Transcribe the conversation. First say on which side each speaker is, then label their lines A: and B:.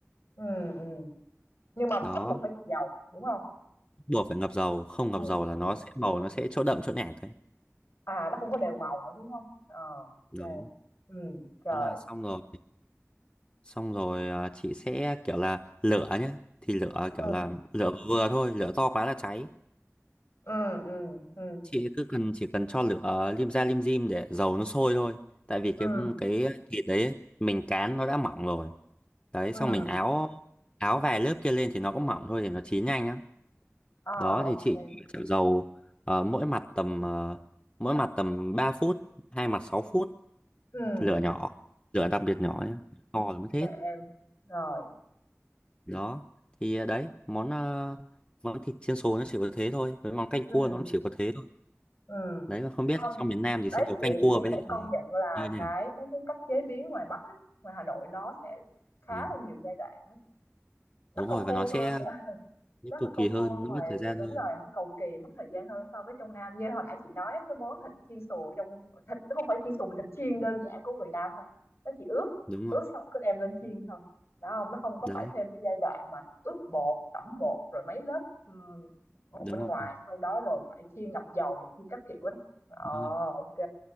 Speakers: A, on the left; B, on the left.
A: ừ ừm. Nhưng mà bắt
B: Đó,
A: buộc phải ngập dầu, đúng không
B: buộc phải ngập dầu, không
A: Ừm,
B: ngập dầu
A: ừm.
B: là nó sẽ màu nó sẽ chỗ đậm chỗ nhạt đấy.
A: À, nó không có đều màu nữa, đúng không Ờ, ô
B: Đó.
A: kê. Ừm, rồi,
B: Thế là xong rồi xong rồi à, chị sẽ kiểu là lửa nhá thì lửa à, kiểu
A: ừm,
B: là lửa vừa thôi lửa to quá là cháy
A: ừm, ừm, ừm,
B: chị cứ cần chỉ cần cho lửa à, lim ra lim dim để dầu nó sôi thôi tại vì cái
A: ừm,
B: cái thịt đấy mình cán nó đã mỏng rồi đấy
A: ừm,
B: xong mình áo áo vài lớp kia lên thì nó cũng mỏng thôi thì nó chín nhanh lắm
A: ok
B: đó thì
A: ô
B: chị
A: kê,
B: chảo dầu ờ, mỗi mặt tầm ờ, mỗi mặt tầm ba phút hai mặt sáu phút
A: ừm,
B: lửa nhỏ lửa đặc biệt nhỏ nhé to là mất hết
A: em, rồi,
B: đó thì à, đấy món à, món thịt chiên xù nó chỉ có thế thôi với món canh
A: ừm,
B: cua nó cũng chỉ có thế thôi
A: ừm.
B: đấy còn không biết
A: không
B: là trong miền Nam thì
A: đấy,
B: sẽ nấu
A: chị
B: canh cua
A: chị
B: với
A: phải
B: lại
A: công nhận là
B: như thế
A: cái
B: nào
A: cái cái cách chế biến ngoài Bắc á, ngoài Hà Nội nó sẽ khá
B: ừ.
A: là nhiều giai đoạn á, nó
B: đúng
A: công
B: rồi và
A: phu
B: nó sẽ
A: hơn
B: nó
A: Nó hơi
B: cực
A: công
B: kỳ hơn
A: phu hơn
B: nó
A: ngoài
B: mất thời gian
A: đúng
B: hơn
A: rồi, nó cầu kỳ, mất thời gian hơn so với trong Nam. Như hồi nãy chị nói á, cái món thịt chiên xù ở trong thịt nó không phải chiên xù mà thịt chiên đơn giản của người Nam thôi. Nó chỉ ướp,
B: đúng
A: ướp
B: rồi
A: xong cứ đem lên chiên thôi. Đó không? Nó không có
B: đấy
A: phải thêm cái giai đoạn mà ướp bột, tẩm bột rồi mấy lớp ừm, bột
B: đúng
A: bên
B: rồi
A: ngoài, sau đó rồi phải chiên ngập dầu này kia các kiểu đó. Ồ,
B: đúng rồi
A: ok.